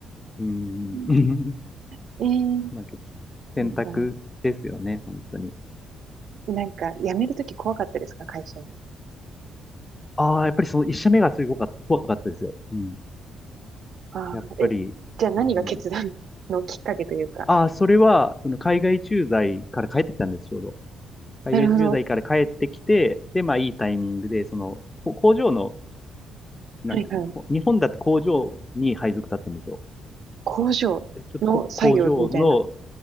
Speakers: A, on the left; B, on the right.
A: うん。
B: うん
A: <laughs>
B: えー、
A: まあ、選択ですよね、
B: なんだ。
A: 本当に。
B: なんか、辞めるとき怖かったですか、会社
A: ああ、やっぱりその一社目がすごか、怖かったですよ。うん。
B: ああ、
A: やっぱり、
B: え、じゃあ何が決断のきっかけというか。
A: うん、ああ、それは、その海外駐在から帰ってきたんです、ちょうど。海外駐在から帰ってきて、
B: なるほど。
A: で、まあいいタイミングで、その、こ工場の、なんて、
B: はいはい。
A: こ日本だと工場に配属だったんですよ。
B: 工場の作業みたいな。
A: でちょっとこ工場の、